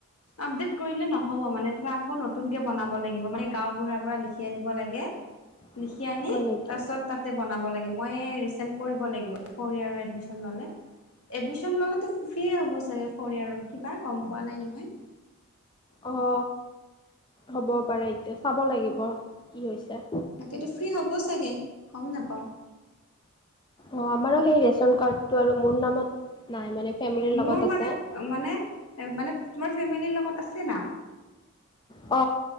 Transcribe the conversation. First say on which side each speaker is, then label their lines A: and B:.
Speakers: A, on the left (about 90°); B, on the left (about 20°).
A: আপডেট কৰিলে নহ'ব মানে তোমাৰ আকৌ নতুনকে বনাব লাগিব মানে গাওঁ বুঢ়াৰ পৰা লিখি আনিব লাগে।
B: <inaudible>
A: লিখি আনি
B: হয় নেকি
A: তাৰপিছত- তাতে বনাব লাগে মই ৰিচেন্ কৰিব লাগিব ফ'ৰ ইয়েৰৰএডমিশন ল'লে। এডমিশন ললে ফ্ৰী হ'ব চাগে ফ'ৰ ইয়াৰৰ কিবা গম পোৱা নাই নহয়।
B: অ হ'ব পাৰে এতিয়া চাব লাগিব কি হৈছে।
A: তাকেতো ফ্ৰী হ'ব চাগে গম নাপাওঁ।
B: অ আমাৰো সেই ৰেচন কাৰ্ডটো আৰু মোৰ নামত নাই মানে ফেমিলিৰ লগত
A: মোৰ মানে
B: আছে।
A: মানে মানে তোমাৰ ফেমিলিৰ লগত আছে নাম -
B: অ,